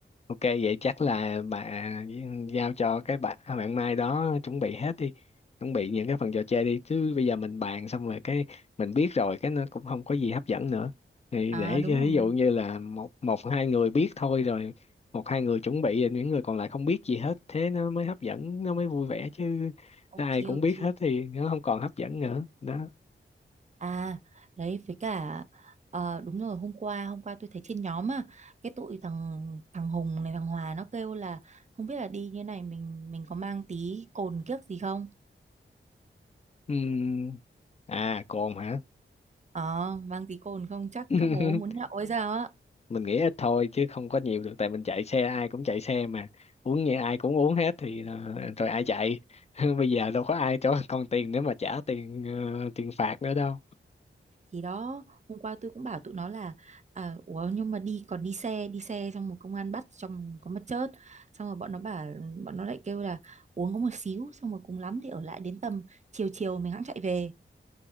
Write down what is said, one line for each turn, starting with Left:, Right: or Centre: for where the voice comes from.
Left: Ok vậy chắc là bà giao cho cái bạn bạn Mai đó chuẩn bị hết đi chuẩn bị những cái phần trò chơi đi chứ bây giờ mình bàn xong rồi cái mình biết rồi cái nó cũng không có gì hấp dẫn nữa thì
Right: à
Left: để
Right: đúng
Left: cho-
Right: rồi
Left: ví dụ như là một một hai người biết thôi rồi một hai người chuẩn bị rồi những người còn lại không biết gì hết thế nó mới hấp dẫn nó mới vui vẻ chứ ai
Right: ok
Left: cũng
Right: ok
Left: biết hết thì nó không còn hấp dẫn nữa đó
Right: à đấy với cả ờ, đúng rồi hôm qua hôm qua tôi thấy trên nhóm á cái tụi thằng thằng Hùng này thằng Hòa nó kêu là không biết là đi như này mình mình có mang tí cồn kiếc gì không
Left: Ừm. à cồn hả
Right: ờ mang tí cồn không chắc
Left: <laughs>
Right: các bố muốn nhậu hay sao
Left: mình nghĩ ít thôi chứ không có nhiều được tại mình chạy xe ai cũng chạy xe mà uống như ai cũng uống hết thì ờ, rồi ai chạy <laughs> bây giờ đâu có ai cho <laughs> con tiền nữa mà trả tiền ờ, tiền phạt nữa đâu
Right: thì đó hôm qua tôi cũng bảo tụi nó là à, ủa nhưng mà đi còn đi xe đi xe xong một công an bắt xong có mất chớt xong rồi bọn nó bảo bọn nó lại kêu là uống có một xíu xong rồi cùng lắm thì ở lại đến tầm chiều chiều mình hẵng chạy về